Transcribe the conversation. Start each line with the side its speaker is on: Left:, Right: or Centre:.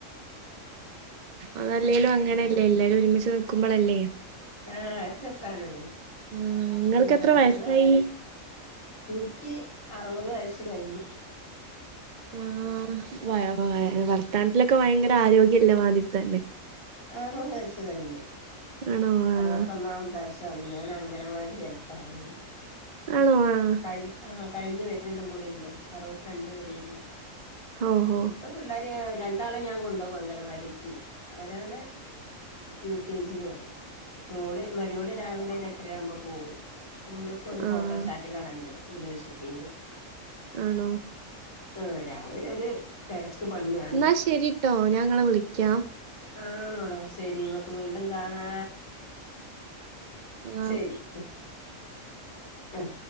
Right: അത് അല്ലേലും അങ്ങനെയല്ലേ എല്ലാരും ഒരുമിച്ച് നൽക്കുമ്പോൾ അല്ലേ
Left: ആഹ് ഒരു രസാണ്
Right: ആഹ് നിങ്ങൾക്ക്
Left: നിങ്ങള്
Right: എത്ര വയസ്സായി
Left: എട ഇൻക്കി അറുവത് വയസ് കഴിഞ്ഞ്
Right: ആഹ് വായ വായ വർത്താനത്തിലൊക്കെ ഭയങ്കര ആരോഗ്യം ഉള്ളമാതിരി തന്നെ.
Left: അറുപത് വയസ് കഴിഞ്ഞ്
Right: ആണോ
Left: അറുപത്തൊന്നാംത്തെ
Right: ആഹ്
Left: ണ് ഞാൻ അംഗനവാടി ഹെൽപ്പറ ആണ്
Right: ആണോ ആഹ്
Left: കൈ ആഹ് കയ്ഞ് വെര്ന്നെല്ലാം കൂടീള്ളു അറുപത്തിരണ്ട് വെരെള്ളു
Right: ഓഹോ
Left: ഇപ്പം പിള്ളേരെ രണ്ടാളെ ഞാൻ കൊണ്ടുകും അംഗനവാടിക്ക് ഒരാളെ യു കെ ജിലു ആണ് മോള് മര്യോള് രാവിലെ ഒരു എട്ടരാമ്പോ പോം. മോൾക്ക് ഒരു ഫോട്ടോ
Right: ആഹ്
Left: സ്റ്റാറ്റ് കാടയുണ്ട് യൂണിവേഴ്സിറ്റില്.
Right: ആണോ
Left: ആഹ് രാവിലെ ഒര് തെരക്ക് പണിയാണ്.
Right: എന്നാ ശരിട്ടോ ഞാൻ ഇങ്ങളെ വിളിക്കാം
Left: ആഹ് മോളെ ശെരി നമക്ക് വീണ്ടും കാണാ
Right: ആഹ്
Left: ശരി ആഹ്